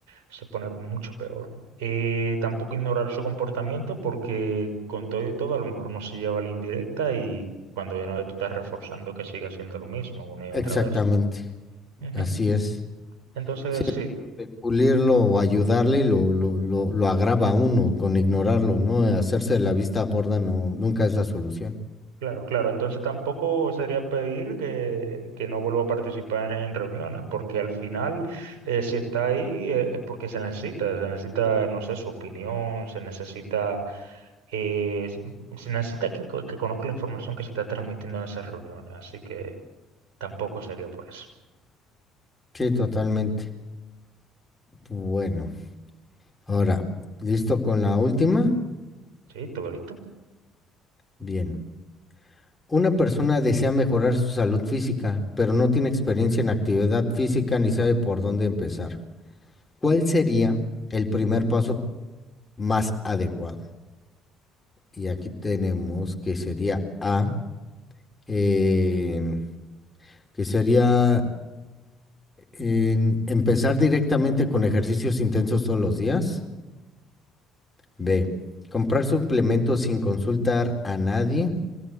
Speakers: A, on the right (about 75°); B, on the left (about 20°).
A: se pone mucho peor. Eh, tampoco ignorar su comportamiento, porque con todo y todo, a lo mejor no se lleva la indirecta y cuando de nuevo tú estás reforzando que siga haciendo lo mismo una y otra
B: Exactamente,
A: vez. Ujú.
B: así es.
A: Entonces,
B: Si es
A: sí,
B: de pulirlo o ayudarle, lo, lo, lo, lo agrava a uno con ignorarlo, ¿no? Hacerse de la vista gorda no, nunca es la solución.
A: claro, claro. Entonces tampoco sería pedir que, que no vuelva a participar en, en reuniones, porque al final, eh, si está ahí, eh, es porque se necesita, se necesita, no sé, su opinión, se necesita, eh, se se necesita que, co- que conozca la información que se está transmitiendo en esas reuniones, así que tampoco sería por eso.
B: Sí, totalmente. Bueno, ahora, ¿listo con la última?
A: ¿Sí? ¿Todo listo?
B: Bien. Una persona desea mejorar su salud física, pero no tiene experiencia en actividad física ni sabe por dónde empezar. ¿Cuál sería el primer paso más adecuado? Y aquí tenemos que sería A. eh, que sería en- empezar directamente con ejercicios intensos todos los días. B, comprar suplementos sin consultar a nadie.